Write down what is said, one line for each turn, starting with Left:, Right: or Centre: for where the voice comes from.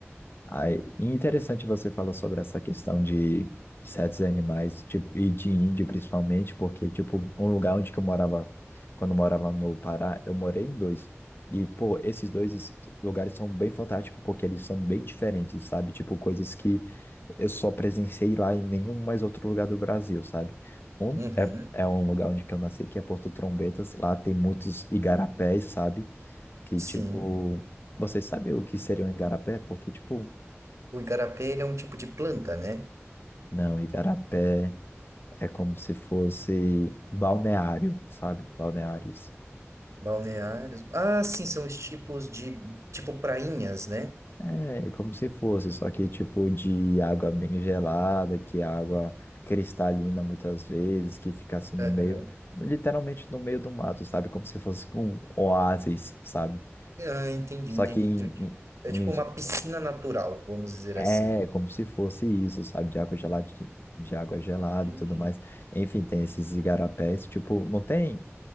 Left: Aí, e interessante você falar sobre essa questão de, de certos animais, tipo, e de índio principalmente, porque, tipo, um lugar onde que eu morava, quando eu morava no Pará, eu morei em dois. E, pô, esses dois es- lugares são bem fantásticos porque eles são bem diferentes, sabe? Tipo, coisas que eu só presenciei lá em nenhum mais outro lugar do Brasil, sabe? Um
Right: Uhum,
Left: é, é um lugar onde que eu nasci, que é Porto Trombetas. Lá tem muitos igarapés, sabe? Que,
Right: sim.
Left: tipo, vocês sabem o que seria um igarapé? Porque, tipo,
Right: O igarapé, ele é um tipo de planta, né?
Left: Não, Igarapé é como se fosse balneário, sabe? Balneários.
Right: Balneários. Ah, sim, são os tipos de, tipo prainhas, né?
Left: É, é como se fosse, só que tipo de água bem gelada, que é água cristalina muitas vezes, que fica assim no
Right: Aham.
Left: meio, literalmente no meio do mato, sabe? Como se fosse um oásis, sabe?
Right: Ah, entendi,
Left: Só
Right: entendi.
Left: que em,
Right: Tu- ti-
Left: em,
Right: É
Left: em
Right: tipo uma piscina natural, vamos dizer
Left: É,
Right: assim.
Left: como se fosse isso, sabe? De água gelada, de de água gelada
Right: Entendi.
Left: e tudo mais. Enfim, tem esses igarapés, tipo, não tem.